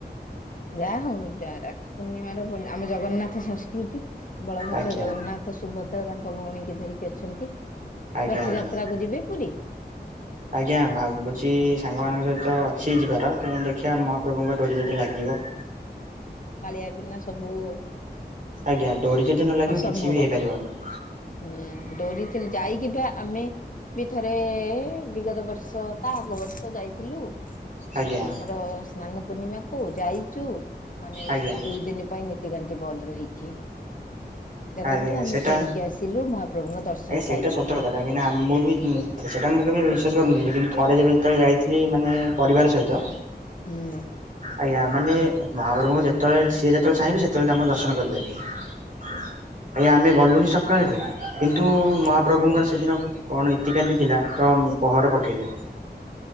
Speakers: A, on the left; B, on the right.
A: ଯାହା ହଉ ଯା ରାକ୍ଷୀ ପୂର୍ଣ୍ଣିମାର ଆମ ଜଗନ୍ନାଥ ସଂସ୍କୃତି ବଳଭଦ୍ର
B: ଆଜ୍ଞା
A: ଜଗନ୍ନାଥ ତ ସୁଭଦ୍ରା ତାଙ୍କ ଭଉଣୀକୁ ଧରିକି ଅଛନ୍ତି
B: ଆଜ୍ଞା
A: ରଥଯାତ୍ରାକୁ
B: ଆଜ୍ଞା।
A: ଯିବେ ପୁରୀ?
B: ଆଜ୍ଞା ଭାବୁଛି ସାଙ୍ଗମାନଙ୍କ ସହିତ ଅଛି ଯିବାରୁ ଦେଖିବା ମହାପ୍ରଭୁଙ୍କ ଡୋରି ଯଦି ଲାଗିବ
A: ହଁ ହଁ କାଳିଆ ବିନା ସବୁ
B: ଆଜ୍ଞା ଡ଼ୋରି ଯଦି ନ ଲାଗିବ
A: ଅସମ୍ଭବ
B: କିଛି ବି ହେଇପାରିବନି
A: ହୁଁ ଡୋରିଥିଲ ଯାଇକି ବା ଆମେ ବି ଥରେ ବିଗତ ବର୍ଷ ତା ଆଗ ବର୍ଷ ଯାଇଥିଲୁ ଅ
B: ଆଜ୍ଞା
A: ଆମର ସ୍ନାନ ପୂର୍ଣ୍ଣିମାକୁୁ ଯାଇଚୁ ମାନେ
B: ଆଜ୍ଞା
A: ଦୁଇ ଦିନ ପାଇଁ ନି ରାତିକାନ୍ତି ବନ୍ଦ ରହିଚି ଦେଖନ୍ତୁ
B: ଆଜ୍ଞା
A: ଆମେ
B: ସେଇଟା
A: ଫେରିକି ଆସିଲୁ ମହାପ୍ରଭୁଙ୍କ ଦର୍ଶନ
B: ଆଜ୍ଞା ସେଇଟା
A: ପାଇଲୁନି
B: ସତ କଥା କାହିଁକି ନା ମୁଁ ବି ସେଟା ମୁଁ କେବେ ବିଶ୍ୱାସ କରୁନି କିନ୍ତୁ ଥରେ ଯେବେ ଯେତେବେଳେ ଯାଇଥିଲି ମାନେ ପରିବାର ସହିତ
A: ହୁଁ।
B: ଆଜ୍ଞା ମାନେ ମହାପ୍ରଭୁଙ୍କୁ ଯେତେବେଳେ ସିଏ ଯେତେବେଳେ ଚାହିଁବେି ସେତେବେଳେ ତମର ଦର୍ଶନ କରିପାରିବେ ଆଜ୍ଞା ଆମେ ଗଲୁନି ସକାଳଠୁ କିନ୍ତୁ
A: ହୁଁ
B: ମହାପ୍ରଭୁଙ୍କର ସେଦିନ କଣ ରୀତିକାନ୍ତି ଥିଲା ତ ପହର ପକେଇଦେଲେ